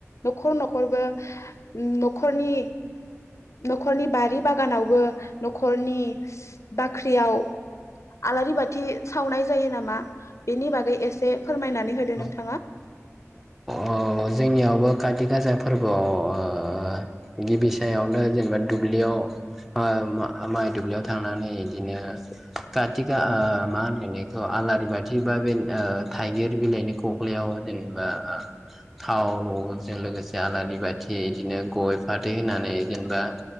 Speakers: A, on the left (about 65°); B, in the centre.
A: न'खर न'खरबो न'खरनि न'खरनि बारि बागानावबो न'खरनि बाख्रियाव आलारि बाथि सावनाय जायो नामा? बेनि बागै एसे फोरमायनानै होदो नोंथां
B: औ औ जोंनियावबो खाथि गाज फोरबोआव ओ गिबि सायावनो जेनेबा दुब्लियाव ओ माइ दुब्लियाव थांनानै इदिनो काथि मा होनोन बेखौ आलारि बाथि बथि बा बे ओ थाइगिर बिलाइनि खख्लायाव जेनेबा ओ थाव ल'जों लोगोसे आलारि बाथि बिदिनो गय फाथै होनानै जेनेबा